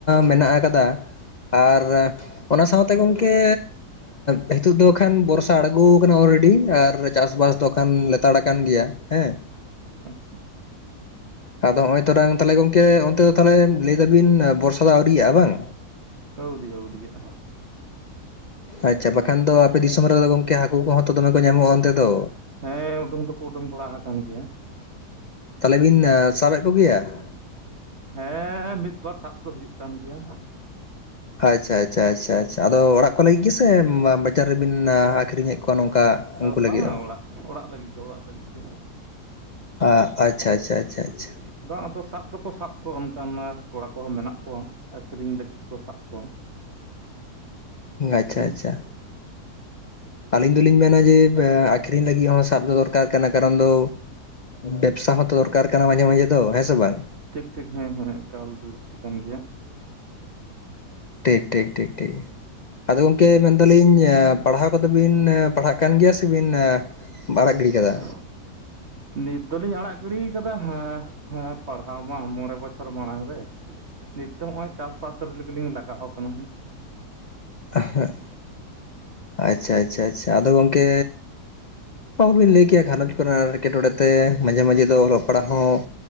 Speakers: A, on the left (about 70°); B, on the right (about 45°).
A: ᱢᱮᱱᱟᱜ ᱟᱠᱟᱫᱟ᱾ ᱟᱨ ᱚᱱᱟ ᱥᱟᱶᱛᱮ ᱜᱚᱝᱠᱮ ᱱᱤᱛᱚᱜ ᱫᱚ ᱟᱠᱷᱟᱱ ᱵᱚᱨᱥᱟ ᱟᱬᱜᱳ ᱟᱠᱟᱱᱟ ᱚᱞᱨᱮᱰᱤ ᱟᱨ ᱪᱟᱥᱵᱟᱥ᱾ ᱛᱚ ᱠᱷᱟᱱ ᱞᱮᱛᱟᱲ ᱟᱠᱟᱱ ᱜᱮᱭᱟ ᱦᱮᱸ
B: ᱟᱪᱪᱷᱟ᱾
A: ᱟᱫᱚ ᱦᱚᱸᱜᱼᱚᱭ ᱛᱚᱨᱟ ᱛᱟᱦᱚᱞᱮ ᱜᱚᱝᱠᱮ ᱚᱱᱛᱮ ᱛᱟᱦᱚᱞᱮ ᱞᱟᱹᱭ ᱫᱟᱵᱤᱱ ᱵᱚᱨᱥᱟ ᱫᱚ ᱟᱹᱣᱨᱤᱭᱟᱜᱼᱟ ᱵᱟᱝ᱾
B: ᱟᱹᱣᱨᱤ ᱟᱹᱣᱨᱤᱭᱟᱜ-ᱟ᱾
A: ᱟᱪᱪᱷᱟ ᱵᱟᱠᱷᱟᱱ ᱫᱚ ᱟᱯᱮ ᱫᱤᱥᱚᱢ ᱨᱮᱫᱚ ᱜᱚᱝᱠᱮ ᱦᱟᱹᱠᱩ ᱠᱚᱦᱚᱸ ᱛᱚ ᱫᱚᱢᱮ ᱠᱚ ᱧᱟᱢᱚᱜᱼᱟ ᱚᱱᱛᱮ ᱫᱚ᱾
B: ᱦᱮᱸ ᱩᱰᱩᱝ ᱫᱚᱠᱚ ᱩᱰᱩᱝ ᱵᱟᱲᱟ ᱟᱠᱟᱱ ᱜᱮᱭᱟ᱾
A: ᱛᱟᱦᱚᱞᱮ ᱵᱤᱱ ᱥᱟᱵᱮᱫ ᱠᱚᱜᱮᱭᱟ᱾
B: ᱦᱮᱸ ᱢᱤᱫ ᱵᱟᱨ ᱥᱟᱵ ᱫᱚ ᱦᱩᱭᱩᱜ ᱠᱟᱱ ᱜᱮᱭᱟ᱾
A: ᱟᱪᱪᱷᱟ ᱟᱪᱪᱷᱟ ᱟᱪᱪᱷᱟ ᱟᱪᱪᱷᱟ ᱟᱫᱚ ᱚᱲᱟᱜ ᱠᱚ ᱞᱟᱹᱜᱤᱫ ᱜᱮ ᱥᱮ᱾ ᱵᱟᱡᱟᱨ ᱨᱮᱵᱤᱱ ᱟᱠᱷᱨᱤᱧᱮᱫ ᱠᱚᱣᱟ ᱱᱚᱝᱠᱟ ᱩᱱᱠᱩ
B: ᱵᱟᱝᱟ
A: ᱞᱟᱹᱜᱤᱫ ᱦᱚ᱾
B: ᱚᱲᱟᱜ ᱚᱲᱟᱜ ᱞᱟᱹᱜᱤᱫ <inaudible>
A: ᱟ ᱟᱪᱪᱷᱟ ᱟᱪᱪᱷᱟ ᱟᱪᱪᱷᱟ ᱟᱪᱪᱷᱟ᱾
B: ᱵᱟᱝ ᱟᱫᱚ ᱥᱟᱵ ᱫᱚᱠᱚ ᱥᱟᱵ ᱠᱚᱣᱟ ᱚᱱᱠᱟᱱ ᱢᱟ ᱠᱚᱲᱟ ᱠᱚᱦᱚᱸ ᱢᱮᱱᱟᱜ ᱠᱚᱣᱟ᱾ ᱟᱠᱷᱨᱤᱧ ᱞᱟᱹᱜᱤᱫ ᱠᱚ ᱥᱟᱵ ᱠᱚᱣᱟ᱾
A: ᱟᱪᱪᱷᱟ
B: ᱦᱩᱸ᱾
A: ᱟᱪᱪᱷᱟ᱾ ᱟᱹᱞᱤᱧ ᱫᱚᱞᱤᱧ ᱢᱮᱱᱟ ᱡᱮ ᱟᱠᱠᱷᱨᱤᱧ ᱞᱟᱹᱜᱤᱫ ᱦᱚᱸ ᱥᱟᱵ ᱫᱚ ᱫᱚᱨᱠᱟᱨ ᱠᱟᱱᱟ ᱠᱟᱨᱚᱱ ᱫᱚ᱾ ᱵᱮᱵᱽᱥᱟ ᱦᱚᱸᱛᱚ ᱫᱚᱨᱠᱟᱨ ᱠᱟᱱᱟ ᱢᱟᱡᱷᱮ ᱢᱟᱡᱷᱮ ᱫᱚ ᱦᱮᱸ ᱥᱮ ᱵᱟᱝ᱾
B: ᱴᱷᱤᱠ ᱴᱷᱤᱠ ᱦᱮᱸ ᱦᱮᱸ ᱮᱠᱟᱞ ᱫᱚ ᱞᱟᱹᱠᱛᱤ ᱠᱟᱱ ᱜᱮᱭᱟ
A: ᱴᱷᱤᱠ ᱴᱷᱤᱠ ᱴᱷᱤᱠ ᱴᱷᱤᱠ᱾ ᱟᱫᱚ ᱜᱚᱝᱠᱮ ᱢᱮᱱᱫᱟᱞᱤᱧ ᱯᱟᱲᱦᱟᱣ ᱠᱚᱫᱚ ᱵᱤᱱ ᱯᱟᱲᱦᱟᱜ ᱠᱟᱱ ᱜᱮᱭᱟ ᱥᱮᱵᱤᱱ᱾ ᱟᱲᱟᱜ ᱜᱤᱰᱤ ᱠᱟᱫᱟ᱾
B: ᱟᱨ <inaudible> ᱱᱤᱛ ᱫᱚᱞᱤᱧ ᱟᱲᱟᱜ ᱜᱤᱲᱤ ᱠᱟᱫᱟ ᱦᱟᱸ ᱯᱟᱲᱦᱟᱣ ᱢᱟ ᱢᱚᱬᱮ ᱵᱚᱪᱷᱚᱨ ᱢᱟᱲᱟᱝ ᱨᱮ᱾ ᱱᱤᱛ ᱫᱚ ᱦᱚᱸᱜᱼᱚᱭ ᱪᱟᱥᱼᱵᱟᱥ ᱨᱮᱜᱮ ᱞᱤᱧ ᱞᱟᱜᱟᱣ ᱠᱟᱱᱟ, ᱦᱩᱸ᱾
A: ᱮᱸᱦᱮᱸᱜ, ᱟᱪᱪᱷᱟ ᱟᱪᱪᱷᱟ ᱟᱪᱪᱷᱟ ᱟᱫᱚ ᱜᱚᱢᱠᱮ ᱚᱦᱚᱵᱤᱱ ᱞᱟᱹᱭ ᱠᱮᱭᱟ ᱜᱷᱟᱨᱚᱸᱡᱽ ᱠᱚᱨᱮᱱᱟᱜ ᱮᱲᱠᱮᱴᱚᱲᱮ ᱛᱮ ᱢᱟᱡᱷᱮ ᱢᱟᱡᱷᱮ ᱫᱚ ᱚᱞᱚᱜ ᱯᱟᱲᱦᱟᱜ ᱦᱚᱸ